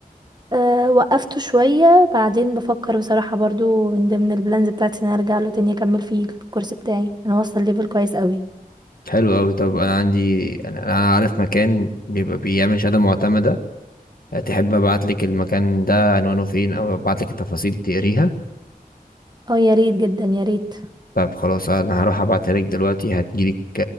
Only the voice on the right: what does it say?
أه وقفته شوية بعدين بفكر بصراحة برضو من ضمن البلانز بتاعتي ان انا ارجع له تاني اكمل فيه الكورس بتاعي انا واصلة ليفل كويس قوي
اه يا ريت جدا يا ريت